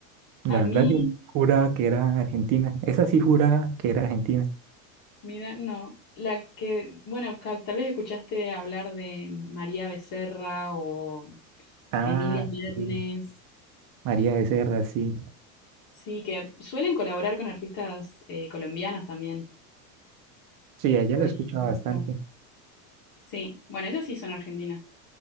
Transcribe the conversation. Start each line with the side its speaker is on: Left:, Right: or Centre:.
Right: la
Left: A
Right: verdad
Left: mí
Right: yo juraba que era argentina. Esa sí juraba que era argentina.
Left: Mira, no. La que, bueno, ca- tal vez escuchaste hablar de María Becerra o
Right: Ah,
Left: Emilia Mernes.
Right: sí. María Becerra, sí.
Left: Sí, que suelen colaborar con artistas eh, colombianos también,
Right: Sí, a ella
Left: por
Right: la escuchaba
Left: ejemplo.
Right: bastante.
Left: Sí, bueno, ellas sí son argentinas.